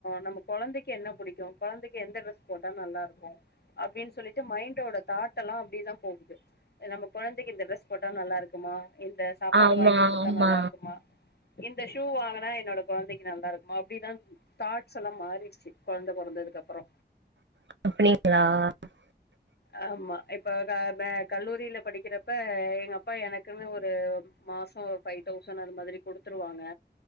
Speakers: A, on the left (about 65°); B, on the right (about 90°).
A: நம்ம கொழந்தைக்கி என்ன புடிக்கும் கொழந்தைக்கு எந்த ட்ரெஸ் போட்டா நல்லா இருக்கும் அப்புடின்னு சொல்லிட்டு மைண்டோட தாட்டல்லா அப்புடிதா போகுது அ நம்ம குழந்தைக்கு இந்த ட்ரெஸ் போட்டா நல்லா இருக்குமா இந்த சாப்பாடு
B: ஆமா
A: வாங்கி குடுத்தா
B: ஆமா
A: நல்லா இருக்குமா இந்த ஷூ வாங்கனா என்னோட கொழந்தைக்கி நல்லா இருக்குமா அப்புடிதா தாட்ஸ்ல்லா மாரிடுச்சி கொழந்த பொறந்ததுக் அப்பறோ
B: <unintelligible>
A: ஆமா இப்ப க வே கல்லூரியில படிக்கிறப்ப எங்க அப்பா எனக்குன்னு ஒரு மாசம் ஒரு ஃபைவ் தௌசண்ட் அது மாதிரி குடுத்துருவாங்க